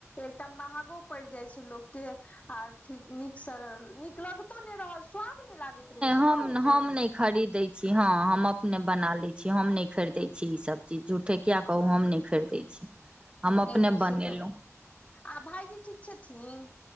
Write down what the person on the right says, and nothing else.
हम
हम नहि खरीदै छी हँ हम अपने बना लै छी हम नहि खरीदै छी ई सब चीज झूठ ठे किये कहु हम नहि खरीदै छी। हम
अपने
बनेलहुँ